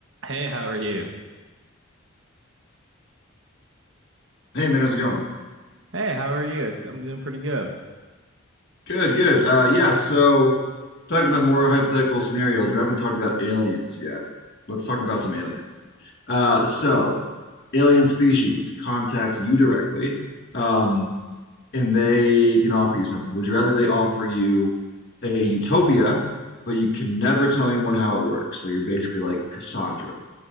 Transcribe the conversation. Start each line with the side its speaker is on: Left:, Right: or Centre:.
Right: Hey, how are you?
Left: Hey man, how's it going?
Right: Hey, how are you? It's, I'm doing pretty good.
Left: Good, good. Uh, yeah, so talking about more hypothetical scenarios, we haven't talked about aliens yet. Let's talk about some aliens. Uh, so, alien species contacts you directly, um, and they can offer you something. Would you rather they offer you a utopia, but you can never tell anyone how it works? So you're basically like Cassandra.